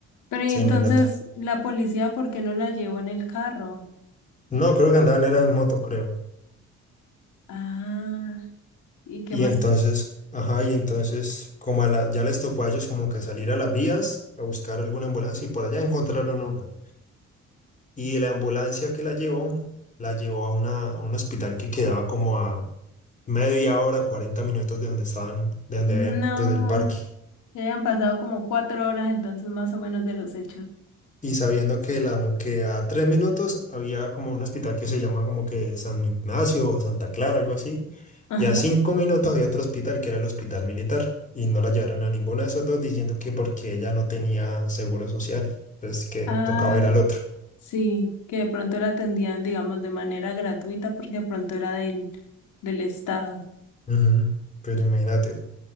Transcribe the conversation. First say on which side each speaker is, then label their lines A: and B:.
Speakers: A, on the left; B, on the left.
A: Pero y
B: Se
A: entonces
B: imagínate.
A: la policía, ¿por qué no la llevó en el carro?
B: No, creo que andaban era en moto, creo.
A: Ah, ¿y qué
B: Y
A: más?
B: entonces, ajá, y entonces, como a la, ya les tocó a ellos como que salir a las vías a buscar alguna ambulancia y por allá encontraron una. Y la ambulancia que la llevó, la llevó a, una, a un hospital que quedaba como a media hora, 40 minutos de donde estaban, de donde
A: No,
B: habían, pues del parque.
A: ya han pasado como cuatro horas entonces más o menos de los hechos.
B: Y sabiendo que, la, mo- que a tres minutos había como un hospital que se llama como que San Ignacio o Santa Clara, algo así.
A: Ajá.
B: Y a cinco minutos había otro hospital que era el hospital militar. Y no la llevaron a ninguno de esos dos diciendo que porque ella no tenía seguro social. pues que
A: Ah.
B: tocaba ir al otro.
A: Sí, que de pronto la atendían, digamos, de manera gratuita porque de pronto era del, del Estado.
B: Ujú. Pero imagínate,